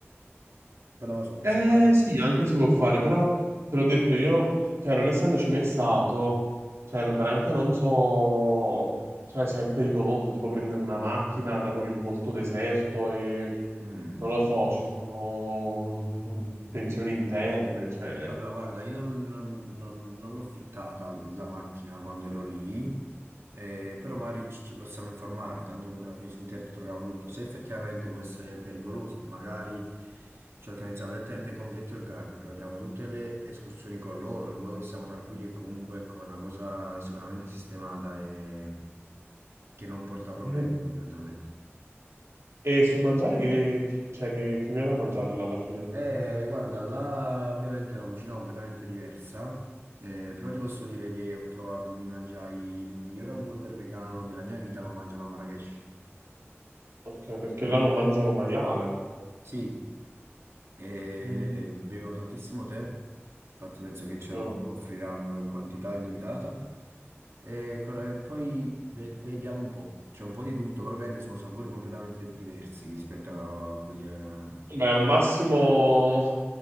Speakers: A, on the right; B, on the right.
A: Poi non lo so,
B: Eh
A: se non,
B: sì,
A: se
B: anche
A: non
B: si
A: ti...
B: può fare, però te l'ho detto io, cioè non essendoci mai stato, cioè non- veramente non so, cioè, se è pericoloso, tipo prendere una macchina, dato che è molto deserto e
A: Mm.
B: non lo so, ci sono mm, tensioni interne, cioè...
A: Allora, guarda, io non, non- non- non l'ho fittata la macchina quando ero lì, eh, però magari ci, ci possiamo informare, tanto comunque alla fine su internet troviamo tutto. Se effettivamente può essere pericoloso, magari ci organizziamo direttamente con Get Your Guide, prenotiamo tutte le escursioni con loro, in modo che siamo tranquilli e comunque ecco, è una cosa sicuramente sistemata e che non porta problemi
B: E,
A: fondamentalmente.
B: e sul mangiare che, cioè, che, che mi vado a mangiare là alla fine?
A: Eh, guarda, là ovviamente è una cucina completamente diversa, eh, però ti posso dire che ho trovato, mi mangiai il miglior hamburger vegano della mia vita, l'ho mangiato a Marrakech.
B: Ok, perché là non mangiano maiale.
A: Sì, eh,
B: Mm,
A: bevono tantissimo tè, infatti penso che ce
B: mm.
A: lo offriranno in quantità illimitata. E col- e poi ve- vediamo un po', c'è un po' di tutto, però ovviamente sono sapori completamente diversi rispetto a quelli... eh,
B: Beh, al massimo.